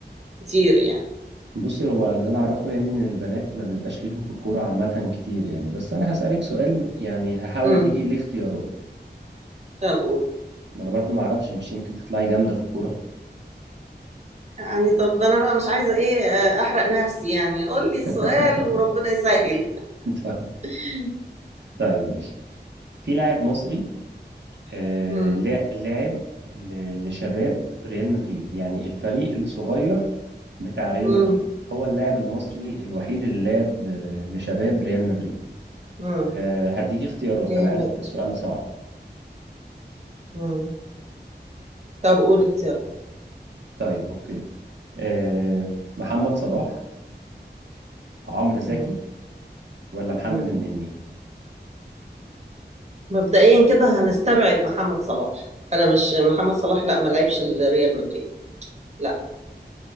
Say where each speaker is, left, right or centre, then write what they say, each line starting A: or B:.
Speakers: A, on the right; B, on the right.
A: كتير يعني
B: بصي هو اللي انا اعرفه يعني ان البنات ما بيبقاش ليهم في الكورة عامة كتير يعني بس انا هسألك سؤال يعني هحاول
A: امم
B: اديكي ليه اختيارات
A: طب قول
B: ما انا برضو ما اعرفش مش يمكن تطلعي جامدة في الكورة
A: يعني طب انا بقى مش عايزه ايه آه، احرق نفسي يعني قول لي السؤال
B: <laughs>
A: وربنا يسهل
B: طيب
A: <laughs>
B: طيب ماشي في لاعب مصري آه،
A: امم
B: لا- لاعب ل- لشباب ريال مدريد يعني الفريق الصغير بتاع ريال
A: امم
B: مدريد هو اللاعب المصري الوحيد اللي لعب آه، لشباب ريال مدريد
A: امم
B: آه، هديك اختيارات
A: كلمة
B: انا عارف ان السؤال صعب
A: امم طب قول اختيارات
B: طيب اوكي آه، محمد صلاح عمرو زكي
A: امم
B: ولا محمد
A: امم
B: النني
A: مبدئيا كده هنستبعد محمد صلاح انا مش محمد صلاح لا ما لعبش الريال مدريد لا